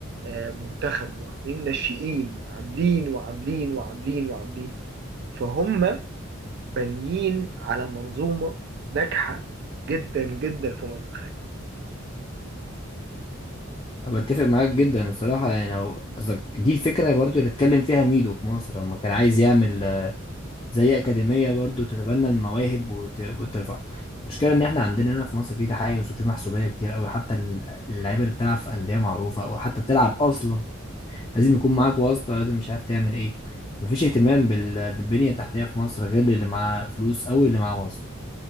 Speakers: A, on the right (about 50°); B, on the left (about 25°).
A: آه، منتخب وعاملين ناشئين وعاملين وعاملين وعاملين وعاملين فهم بانيين على منظومة ناجحة جدا جدا فوق ما تتخيل
B: بتفق معاك جدا الصراحة يعني لو قصدك دي فكرة برضو اللي اتكلم فيها ميدو في مصر لما كان عايز يعمل آه، زي أكاديمية برضو تتبنى المواهب وت- وترفع المشكلة إن إحنا عندنا هنا في مصر في تحيز وفي محسوبية كتير أوي حتى ال- اللعيبة اللي بتلعب في أندية معروفة أو حتى بتلعب أصلا لازم يكون معاك واسطة لازم مش عارف تعمل إيه مفيش اهتمام بال- بالبنية التحتية في مصر غير اللي معاه فلوس أو اللي معاه واسطة